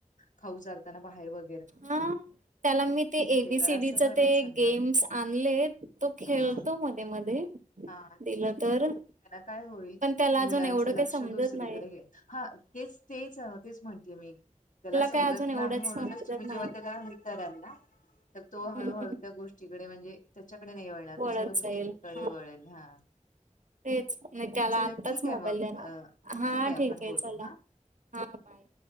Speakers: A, on the left; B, on the right.
A: खाऊ चारताना बाहेर वै
B: हा.. त्याला मी ते एबीसीडीच
A: करा असं करायला
B: ते
A: सांगा.
B: गेम्स आणलेत. तो खेळतो
A: हा.
B: मध्ये मध्ये.
A: हा ते
B: दिलं
A: करायच
B: तर
A: त्यान काय होईल.
B: पण त्याला अजून
A: मुलांच
B: एवढं
A: लक्ष
B: काही समजत
A: दुसरीकडे
B: नाही
A: घे, हा तेच तेच तेच म्हणते मी. त्याला समजत
B: काय अजून एवढंच
A: नाही. म्हणूनच
B: समजत
A: तुम्ही जेव्हा
B: नाही
A: त्याला, कराल ना तर तो
B: हम्म
A: हळूहळू त्या गोष्टीकडे म्हणजे, त्याच्याकडे नाही वळणार.
B: वळत
A: दुसऱ्याचं गोष्टींकडे
B: जाईल हा
A: वळेल हा,
B: तेच नाही त्याला
A: चला
B: आत्ताच
A: ठीक
B: मोबाईल
A: आहे मग
B: देणार,
A: अ
B: हा
A: आपण
B: ठीक आहे
A: बोलू
B: चला.
A: हा
B: हा बाय.